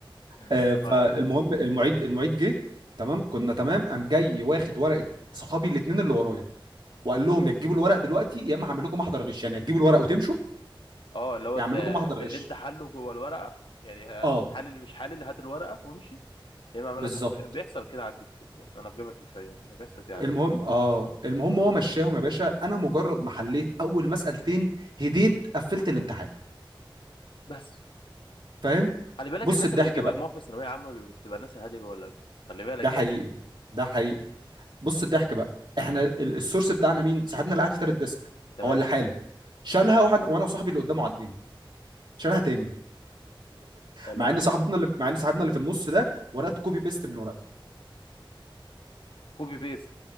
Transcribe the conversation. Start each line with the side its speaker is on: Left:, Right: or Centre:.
Left: لله
Right: آه، فالمهم
Left: معاك.
Right: المعيد المعيد جه تمام كنا تمام قام جاي واخد ورقه صحابي الاثنين اللي ورايا وقال لهم يا تجيبوا الورق دلوقتي يا اما هعمل لكم محضر غش يعني يا تجيبوا الورق وتمشوا
Left: اه اللي هو
Right: يا
Left: انت
Right: هعمل لكم محضر
Left: باللي
Right: غش
Left: انت حله جوه الورقه يعني ه-
Right: اه
Left: حلل مش حلل هات الورقه وامشي يا اما اعمل
Right: بالظبط
Left: لك بيحصل كده عندي كتير برضه انا في جامعه الفيوم يعني بيحصل كده
Right: المهم
Left: عندي كتير
Right: اه المهم هو مشاهم يا باشا انا مجرد ما حليت اول مسألتين هديت قفلت الامتحان
Left: بس
Right: فاهم
Left: خلي بالك
Right: بص
Left: الناس
Right: الضحك
Left: اللي بتجيب
Right: بقى
Left: مجموع في الثانويه عامه بيبقوا- بتبقى الناس الهاديه جوه اللجنه خلي بالك
Right: ده حقيقي
Left: يعني
Right: ده حقيقي بص الضحك بقى احنا ال- السورس بتاعنا مين صاحبنا اللي قاعد في تالت ديسك
Left: تمام
Right: هو اللي حالل شالها وحن... وانا وصاحبي اللي قدامه عدينا شالها تاني
Left: يا لهوي
Right: مع ان صاحبنا اللي مع ان صاحبنا اللي في النص ده ورقته كوبي بيست من ورقته
Left: كوبي بيست